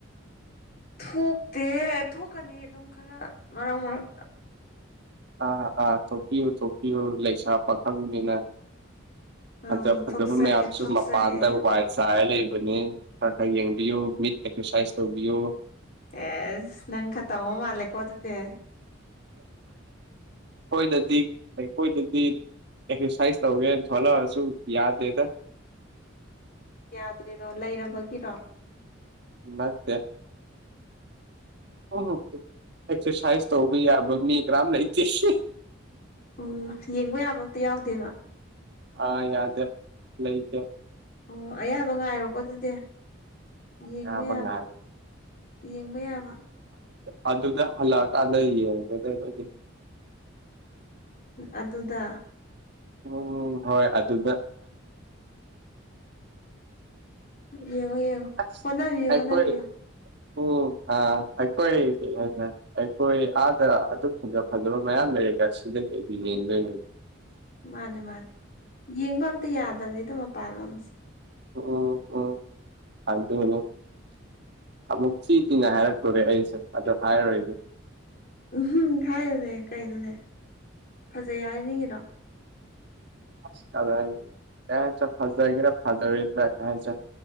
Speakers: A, on the left (about 45°); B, on the right (about 55°).
A: ꯊꯣꯛꯇꯦꯑꯦ ꯊꯣꯛꯀꯅꯤ ꯑꯗꯨꯝ ꯈꯔ ꯃꯔꯛ- ꯃꯔꯛꯇ
B: ꯑꯥ ꯑꯥ ꯊꯣꯛꯄꯤꯌꯨ ꯊꯣꯛꯄꯤꯌꯨ ꯂꯩꯁꯥ- ꯄꯈꯪꯅꯤꯅꯥ
A: ꯑꯣ
B: ꯐꯖ-ꯐꯖꯕ
A: ꯊꯣꯛꯆꯒꯦ
B: ꯃꯌꯥꯝꯁꯨ
A: ꯊꯣꯛꯆꯒꯦ
B: ꯃꯄꯥꯟꯗ ꯋꯥꯏ ꯆꯥꯏꯔ ꯂꯩ ꯕꯅꯤ ꯈꯔ ꯈꯔ ꯌꯦꯡꯕꯤꯌꯨ ꯃꯤꯠ ꯑꯦꯛꯁꯔꯁꯥꯏꯖ ꯇꯧꯕꯤꯌꯨ
A: ꯑꯦꯁ ꯅꯪ ꯈꯔ ꯇꯧꯕ ꯃꯥꯜꯂꯦ ꯀꯣ ꯑꯗꯨꯗꯤ
B: ꯑꯩꯈꯣꯏꯅꯗꯤ-ꯑꯩꯈꯣꯏꯗꯗꯤ ꯑꯦꯛꯁꯔꯁꯥꯏꯖ ꯇꯧꯒꯦꯅ ꯊꯣꯛꯂꯛ ꯑꯖꯨ ꯌꯥꯗꯦꯗ
A: ꯌꯥꯗ꯭ꯔꯤꯔꯣ ꯂꯩꯔꯕꯒꯤꯔꯣ
B: ꯅꯠꯇꯦ ꯑꯣ ꯍꯣ ꯑꯦꯛꯁꯔꯁꯥꯏꯖ ꯇꯧꯕ ꯌꯥꯕ ꯃꯤ ꯀꯅꯥꯝ ꯂꯩꯇꯦ ꯁꯦ
A: ꯎꯪꯎꯪ ꯌꯦꯡꯕ ꯌꯥꯕ ꯑꯝꯇ ꯌꯥꯎꯗꯦꯕ
B: ꯑꯥ ꯌꯥꯗꯦ- ꯂꯩꯇꯦ
A: ꯑꯣ ꯑꯌꯥꯕ ꯉꯥꯏꯔꯣꯀꯣ ꯑꯗꯨꯗꯤ ꯌꯦꯡꯕ
B: UNINTELLIGIBLE
A: ꯌꯥꯕ ꯌꯦꯡꯕ ꯌꯥꯕ
B: UNINTELLIGIBLE
A: ꯑꯗꯨꯗ
B: ꯎꯪꯎꯪ ꯍꯣꯏ ꯑꯗꯨꯗ
A: ꯌꯦꯡꯉꯣ- ꯌꯦꯡꯉꯣ
B: ꯑꯁ
A: ꯍꯣꯠꯅꯕꯤꯌꯨ-
B: ꯑꯩꯈꯣꯏ
A: ꯍꯣꯠꯅꯕꯤꯌꯨ
B: ꯎꯝ ꯑꯥ ꯑꯩꯈꯣꯏ ꯑꯩꯈꯣꯏ ꯑꯥꯗ ꯑꯗꯨꯛ ꯐꯖ-ꯐꯖꯕ ꯃꯌꯥꯝ ꯂꯩꯌꯦꯗ ꯁꯤꯗꯒꯤ ꯀꯩ-ꯀꯩ ꯌꯦꯡꯗꯣꯏꯅꯣ
A: ꯃꯥꯅꯦ ꯃꯥꯅꯦ ꯌꯦꯡꯕ ꯑꯝꯇ ꯌꯥꯗꯕꯅꯤꯗ ꯃꯄꯥꯜ ꯂꯣꯝꯁꯦ INAUDIBLE
B: ꯎꯝ ꯎꯝ ꯑꯗꯨꯅꯤ ꯑꯃꯨꯛ ꯊꯤ ꯊꯤꯅ ꯍꯥꯏꯔꯛꯇꯣꯔꯦ ꯑꯩꯁꯦ ꯑꯗꯨ ꯍꯥꯏꯔꯔꯣꯏꯒꯦ
A: ꯎꯝ ꯍꯥꯏꯌꯨꯅꯦ ꯀꯩꯅꯣꯅꯦ ꯐꯖꯩ ꯍꯥꯏꯅꯤꯡꯉꯤꯔꯣ
B: ꯑꯥꯁ ꯀꯔꯥꯏꯗꯩ ꯌꯔꯦꯁꯦ ꯐꯒꯦꯔ- ꯐꯖꯔꯣꯏꯗ꯭ꯔꯥ